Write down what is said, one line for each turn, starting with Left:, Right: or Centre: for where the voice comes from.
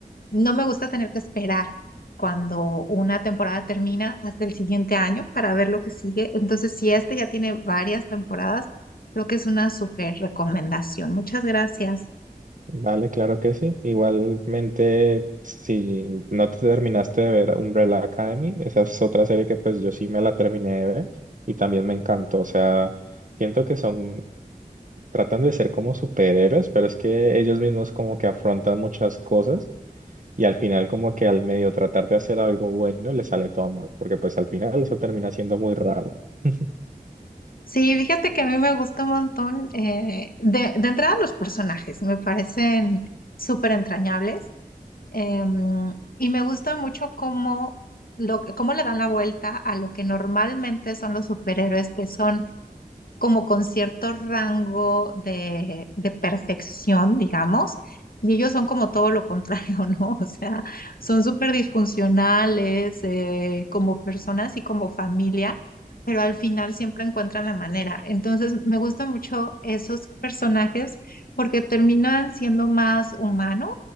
Left: No me gusta tener que esperar cuando una temporada termina hasta el siguiente año para ver lo que sigue. Entonces, si este ya tiene varias temporadas, creo que es una súper recomendación. Muchas gracias.
Right: Vale, claro que sí. Igualmente, si no te terminaste de ver Umbrella Academy, esa es otra serie que pues yo sí me la terminé de ver y también me encantó. O sea, siento que son, tratan de ser como superhéroes, pero es que ellos mismos como que afrontan muchas cosas y al final como que al medio tratar de hacer algo bueno les sale todo mal, porque pues al final eso termina siendo muy raro. <laughs>
Left: Sí, fíjate que a mí me gusta un montón. eh, de, de entrada, los personajes me parecen súper entrañables. em, y me gusta mucho cómo, lo, cómo le dan la vuelta a lo que normalmente son los superhéroes, que son como con cierto rango de, de perfección, digamos, y ellos son como todo lo contrario, <laughs> ¿no? O sea, son súper disfuncionales eh, como personas y como familia, pero al final siempre encuentran la manera. Entonces, me gustan mucho esos personajes porque terminan siendo más humanos,